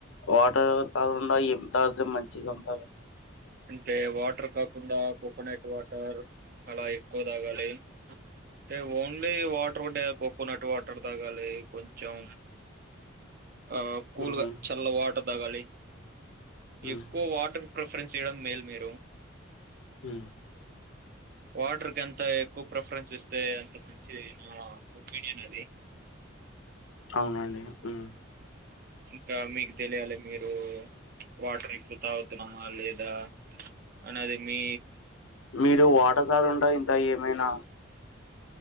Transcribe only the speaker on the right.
అంటే వాటర్ కాకుండా కోకోనట్ వాటర్ అలా ఎక్కువ తాగాలి అంటే ఓన్ న్లీ వాటర్ ఒకటే కోకోనట్ ట్ వాటర్ తాగాలి కొంచెం ఆ కూల్గా
చల్ల వాటర్ తాగాలి
ఎక్కువ వాటర్ ప్రిఫరెన్స్ చేయడం మేలు మీరు
వాటర్కి ఎంత ఎక్కువ ప్రిఫరెన్స్ ఇస్తే అంత మంచి నా ఒపీనియన్ అండి
ఇంకా మీకు తెలియాలి మీరు వాటర్ ఎక్కువ తాగుతున్నామా లేదా అన్నది మీ